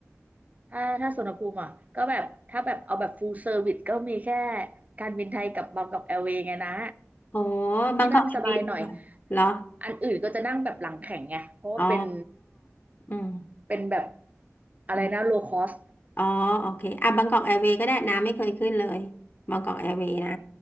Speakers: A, on the right (about 30°); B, on the left (about 40°).
A: ถ้าถ้าสุวรรณภูมิอ่ะก็แบบถ้าแบบเอาแบบ full service ก็มีแค่การบินไทยกับบางกอกแอร์เวย์ไงนะ
B: อ๋อ
A: ที่นั่งสบายหน่อย
B: บางกอกแอร์เวย์ดีกว่าเหรอ
A: อันอื่นก็จะนั่งแบบหลังแข็งไงเพราะว่าเป็น
B: อ๋ออืม
A: เป็นแบบอะไรนะ
B: อืม
A: low cost
B: อ๋อโอเคอ่ะบางกอกแอร์เวย์ก็ได้น้ำไม่เคยขึ้นเลยบางกอกแอร์เวย์นะ